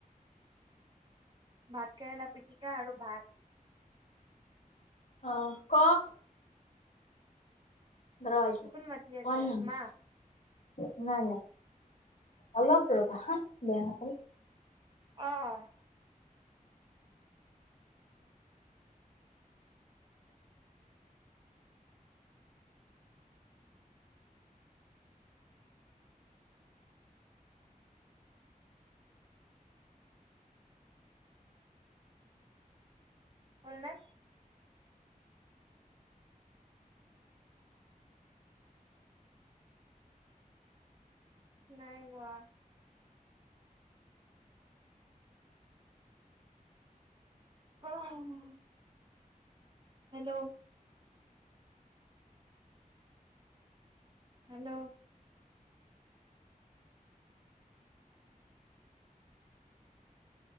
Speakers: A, on the right; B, on the left.
A: ভাত কেৰেলা পিটিকা আৰু ভাত।
B: অ', ক। <unintelligible>
A: কোন মাতি আছে মা
B: নাই নাই অলপ ৰবা হা বেয়া নাপালে।
A: অহ। হ'লনে। নাই হোৱা। অহ উম। হেল্ল। হেল্ল।